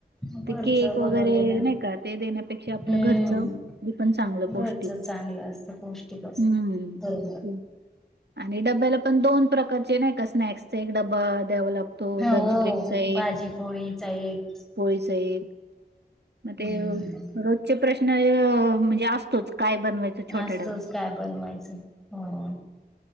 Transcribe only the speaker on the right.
केक वगैरे
नाही का ते देण्यापेक्षा
आपलं घरचं हे पण चांगलं
पोष्टिक
हम्
आणि डब्याला पण दोन प्रकारचे नाही का स्नॅक्स चा एक डबा द्यावा लागत तो
लंच ब्रेकचा एक
पोळीचा एक मग ते
रोजचे प्रश्न म्हणजे असतोच काय बनवायचं छोट्या
डब्यात